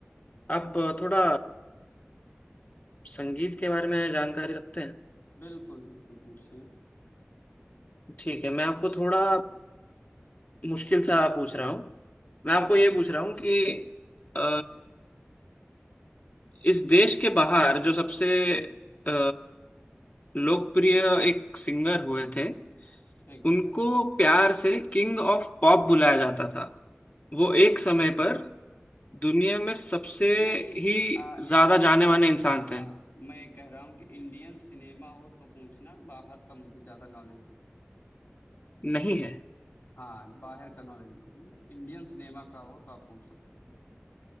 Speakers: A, on the left (about 35°); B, on the left (about 60°).
A: आप थोड़ा संगीत के बारे में जानकारी रखते हैं
B: बिल्कुल बिल्कुल पूछिए
A: ठीक है मैं आपको थोड़ा मुश्किल सा पूछ रहा हूँ मैं
B: ठीक
A: आपको
B: है
A: ये पूछ रहा हूँ कि अ, इस देश के बाहर जो सबसे अ, लोकप्रिय एक सिंगर हुए थे
B: ठीक
A: उनको
B: है
A: प्यार से किंग ऑफ पॉप बुलाया जाता था वो
B: अ,
A: एक समय पर दुनिया में सबसे
B: नहीं
A: ही
B: अ, इंडियन
A: ज्यादा जाने
B: सिन
A: माने इंसान थे
B: हाँ मैं कह रहा हूँ कि इंडियन सिनेमा हो तो पूछना बाहर का मुझे ज्यादा नॉलेज नहीं है
A: नहीं है
B: हाँ बाहर का नॉलेज नहीं है इंडियन सिनेमा का हो तो आप पूछ सकते हो